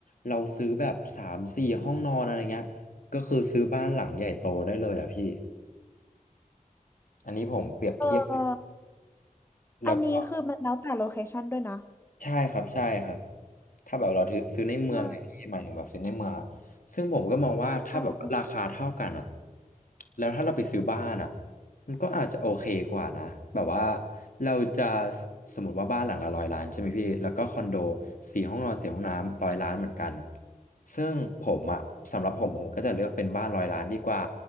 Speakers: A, on the left; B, on the left.
A: เราซื้อแบบสามสี่ห้องนอนอะไรเงี้ยก็คือซื้อบ้านหลังใหญ่โตได้เลยอ่ะพี่อันนี้ผมเปรียบเทียบ
B: เออ
A: แล้วก็
B: อันนี้คือมันแล้วแต่โลเคชันด้วยนะ
A: ใช่ครับใช่ครับถ้าแบบเราถือซื้อในเมืองเนี่ยพี่หมายถึงแบบซื้อในเมืองอะซึ่งผมก็มองว่าถ้าแบบว่าราคาเท่ากันอ่ะ
B: ใช่ใช่
A: แล้วถ้าเราไปซื้อบ้านอ่ะมันก็อาจจะโอเคกว่านะแบบว่าเราจะสสมมติว่าบ้านหลังละร้อยล้านใช่ไหมพี่แล้วก็คอนโดสี่ห้องนอนสี่ห้องน้ำร้อยล้านเหมือนกันซึ่งผมอ่ะสำหรับผมผมก็จะเลือกเป็นบ้านร้อยล้านดีกว่า